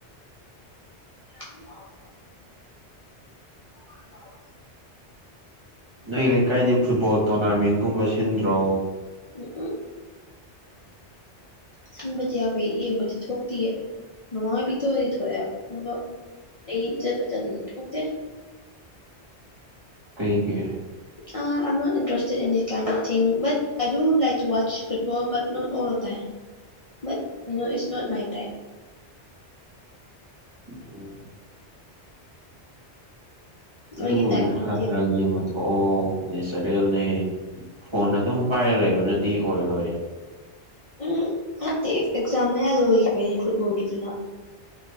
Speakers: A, on the left (about 40°); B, on the right (about 30°).
A: <inaudible> <inaudible>
B: ꯅꯣꯢ ꯂꯩꯀꯥꯏꯗꯤ ꯐꯨꯠꯕꯣꯜ ꯇꯣꯔꯅꯥꯃꯦꯟꯒꯨꯝꯕ ꯁꯤꯟꯗ꯭ꯔꯣ
A: <unintelligible> ꯁꯤꯟꯕꯗꯤ ꯌꯥꯎꯋꯦ ꯌꯦꯡꯕꯗꯤ ꯊꯣꯛꯇꯤꯌꯦ ꯃꯃꯥ ꯍꯣꯏꯕꯨꯗꯤ ꯊꯣꯛꯑꯦ ꯑꯗꯨꯒ ꯑꯩ ꯆꯠꯄ ꯇꯟꯗꯅ ꯊꯣꯛꯇꯦ
B: ꯀꯩꯒꯤ
A: uh Aam not interested in that kind of thing but I like to watch football but not all the time but you know it's not my type
B: um ꯑꯗꯨꯒꯨꯝꯕꯁꯨ
A: ꯑꯩꯒꯤ ꯇꯥꯏꯞ ꯅꯠꯇꯦꯕ
B: ꯈꯔ ꯈꯔ ꯌꯦꯡꯉꯨꯗ ꯊꯣꯛꯑꯣ ꯅꯦꯆꯔꯦꯜꯅꯦ ꯐꯣꯟ ꯑꯗꯨꯝ ꯄꯥꯏꯔ ꯂꯩꯕꯅꯗꯤ ꯑꯣꯏꯔꯣꯏ
A: ꯎꯝ ꯅꯠꯇꯦ ꯑꯦꯛꯖꯥꯝ ꯃꯌꯥ ꯑꯣꯏꯈꯤꯕꯩꯅꯦ ꯐꯨꯠꯕꯣꯜꯒꯤꯗꯨꯅ